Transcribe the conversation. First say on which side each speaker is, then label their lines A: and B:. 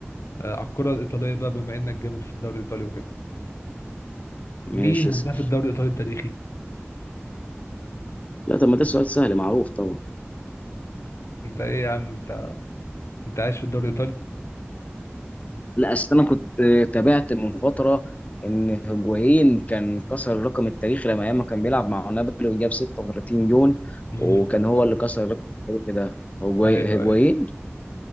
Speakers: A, on the left; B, on the left.
A: آه، على الكرة الإيطالية بقى بما انك جامد في الدوري الإيطالي وكده مين
B: ماشي
A: هداف
B: اسال
A: الدوري الإيطالي التاريخي
B: لا طب ما ده سؤال سهل معروف طبعا
A: انت ايه يا عم انت انت عايش في الدوري الإيطالي
B: لا اصل انا كنت تابعت من فتره ان هجوين كان كسر الرقم التاريخي لما ايام ما كان بيلعب مع نابولي وجاب 36 جون
A: امم
B: وكان هو اللي كسر الرقم التاريخي ده هجوي-
A: ايوه
B: هجوين
A: ايوه